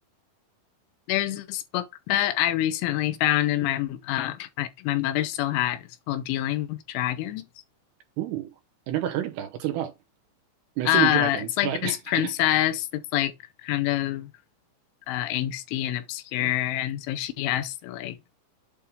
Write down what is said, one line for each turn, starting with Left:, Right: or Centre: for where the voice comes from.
Left: There's this book that I recently found, and my uh, my my mother still had. It's called Dealing with Dragons.
Right: Ooh, I've never heard of that. What's it about? I'm assuming
Left: Uh,
Right: dragons,
Left: it's
Right: but
Left: like this princess
Right: <laughs>
Left: that's like kind of uh, angsty and obscure, and so she has to like